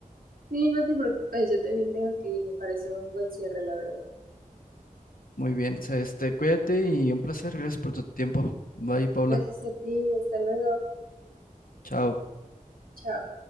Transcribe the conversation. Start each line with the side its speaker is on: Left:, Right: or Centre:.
Right: Sí, no te preocupes, yo también tengo que ir, me pareció un buen cierre, la verdad.
Left: Muy bien, este, cuídate y un placer, gracias por tu tiempo. Bye, Paula.
Right: Gracias a ti, hasta luego.
Left: Chao.
Right: Chao.